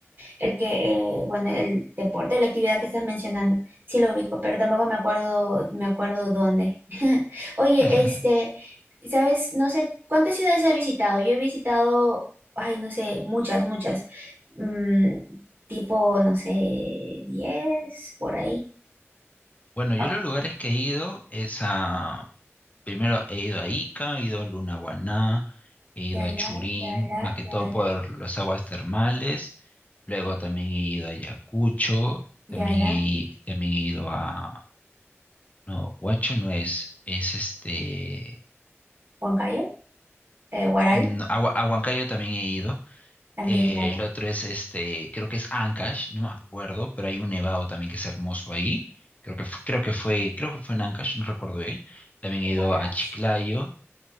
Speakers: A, on the right; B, on the left.
A: El que, eh, bueno, el deporte, la actividad que estás mencionando, sí lo ubico, pero tampoco me acuerdo, me acuerdo dónde. <laughs> Oye,
B: <laughs>
A: este, sabes, no sé, ¿cuántas ciudades has visitado? Yo he visitado, ay, no sé, muchas, muchas, Mm, tipo, no sé, 10 por ahí.
B: Bueno, yo
A: Oh,
B: los lugares que he ido es a... Primero he ido a Ica, he ido a Lunahuaná, he ido
A: Yala,
B: a Churín,
A: Yala,
B: más que
A: Yala,
B: todo por las aguas termales. Luego también he ido a Ayacucho,
A: Yala,
B: también he, también he ido a... No, Huacho no es, es este...
A: Huancayo, eh, Huaral,
B: no, a, Hua- a Huancayo también he ido.
A: también
B: Eh,
A: Yala,
B: el otro es este, creo que es Ancash, no me acuerdo, pero hay un nevado también que es hermoso ahí. Creo que, fu- creo que fue, creo que fue en Ancash, no recuerdo bien. También
A: Huaraz,
B: he ido a Chiclayo.